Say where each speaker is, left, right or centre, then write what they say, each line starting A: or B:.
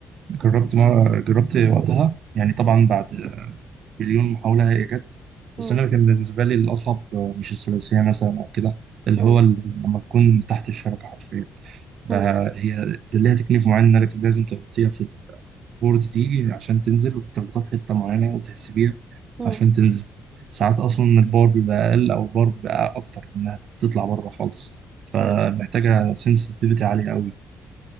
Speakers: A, on the right; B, on the right.
A: جربت ما جربت وقتها يعني طبعا بعد مليون محاولة هي جت
B: مم.
A: بس أنا كان بالنسبة لي الأصعب آه، مش الثلاثية مثلا أو كده اللي
B: مم.
A: هو ال- لما تكون تحت الشبكة حرفيا بقى
B: مم.
A: هي ليها تكنيك معين إنك لازم تغطيها في البورد دي عشان تنزل وتغطيها في حتة معينة وتحسبيها
B: مم.
A: عشان تنزل ساعات أصلا البار بيبقى أقل أو البار بيبقى أكتر إنها بتطلع بره خالص فمحتاجة
B: مم.
A: سنسitivityتي عالية أوي